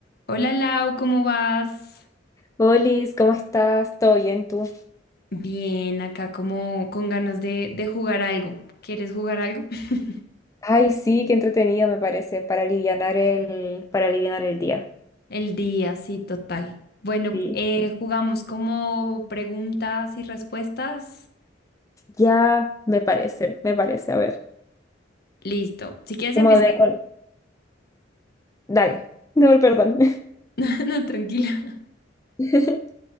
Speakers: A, on the left; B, on the left.
A: Hola Lau, ¿cómo vas?
B: Olis, ¿cómo estás? ¿Todo bien tú?
A: Bien, acá como con ganas de, de jugar algo. ¿Quieres jugar algo? <laughs>
B: Ay, sí, qué entretenido me parece para alivianar el, para alivianar el día.
A: El día, sí, total. Bueno,
B: Sí,
A: eh, jugamos como preguntas y respuestas.
B: ya me parece, me parece. A ver,
A: Listo. Si quieres
B: como
A: empiezo.
B: de... Dale, no, perdón.
A: <laughs> No, tranquila.
B: <laughs>